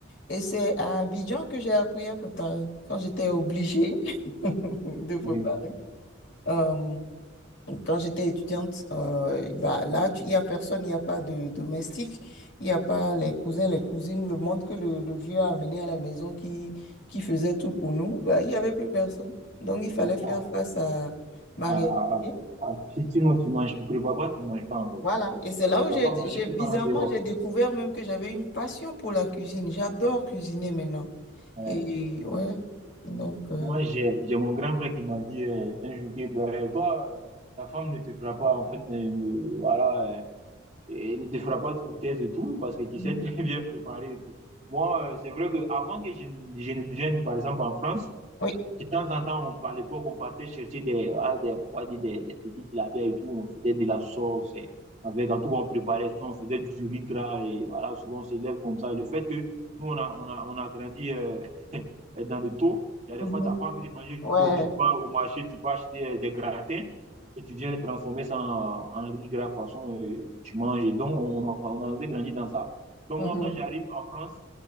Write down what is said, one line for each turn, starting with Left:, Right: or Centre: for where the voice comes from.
Left: Et c'est à Abidjan que j'ai appris à préparer. Quand j'étais obligée <laughs> de préparer.
Right: Oui,
Left: Euh, quand j'étais étudiante, euh, bah là, tu- il n'y a personne, il n'y a pas de domestique, il n'y a pas les cousins, les cousines, le monde que le, le vieux a amené à la maison qui, qui faisait tout pour nous, bah, il n'y avait plus personne. Donc, il fallait
Right: c'est
Left: faire
Right: ça.
Left: face à ma
Right: Ah,
Left: réalité.
Right: ah, ah. Ah, si- Sinon, tu manges, tu prépares pas, tu manges pas, en fait.
Left: Voilà.
Right: Parce
Left: Et
Right: que
Left: c'est
Right: tu
Left: là où
Right: ne
Left: j'ai,
Right: vas pas manger
Left: j'ai-
Right: tout
Left: bizarrement,
Right: le temps dehors.
Left: j'ai découvert même que j'avais une passion pour la cuisine. J'adore cuisiner maintenant.
Right: Euh,
Left: Et ouais, donc, euh,
Right: Moi, j'ai, j'ai mon grand frère qui m'a dit euh, un jour que ben, toi, euh, ta femme ne te fera pas, enfin, ne, ne- voilà, euh, et ne te fera pas de foutaise et tout, parce que tu
Left: Mhm.
Right: sais très <laughs> bien préparer et tout. Moi, euh, c'est vrai que avant que je, ne je ne vienne, par exemple, en France,
Left: oui.
Right: de temps en temps, on- à l'époque, on partait chercher des, ah, des, on va dire des, des petits tilapia et tout. On faisait de la sauce. et Avec, en tout cas, on préparait ça. On faisait du riz gras. Et voilà, souvent, on s'élève comme ça. Et le fait que nous, on a, on a, on a grandi euh, <laughs> dans le taux. Il y a des
Left: Mhm.
Right: fois, tu n'as pas envie de manger du
Left: Ouais.
Right: taux. Tu vas au marché, tu vas acheter euh, des gratins. Et tu viens les transformer ça en, en riz gras, façon, euh, tu manges. Et donc, on, on a, on a grandi dans ça. Donc,
Left: Mhm.
Right: moi, quand j'arrive en France,